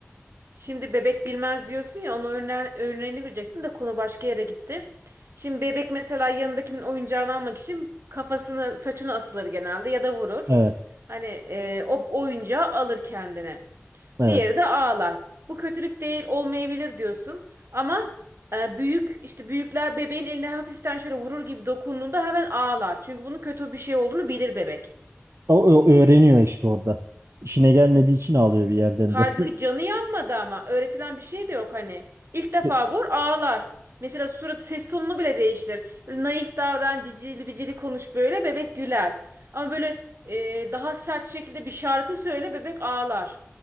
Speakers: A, on the right; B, on the right.
A: Şimdi bebek bilmez diyorsun ya ona örne örneğini verecektim de konu başka yere gitti. Şimdi bebek mesela yanındakinin oyuncağını almak için kafasını saçını asılır genelde ya da vurur.
B: Evet,
A: Hani e, o oyuncağı alır kendine.
B: evet.
A: Diğeri de ağlar. Bu kötülük değil olmayabilir diyorsun. Ama e, büyük işte büyükler bebeğin eline hafiften şöyle vurur gibi dokunduğunda hemen ağlar. Çünkü bunun kötü bir şey olduğunu bilir bebek.
B: O, o öğreniyor işte orada. İşine gelmediği için ağlıyor bir yerden
A: Halbuki
B: de.
A: canı yanmadı ama. Öğretilen bir şey de yok hani. İlk defa
B: <laughs>
A: vur ağlar. Mesela surat ses tonunu bile değiştir. Böyle naif davran, cicili bicili konuş böyle bebek güler. Ama böyle e, daha sert şekilde bir şarkı söyle bebek ağlar.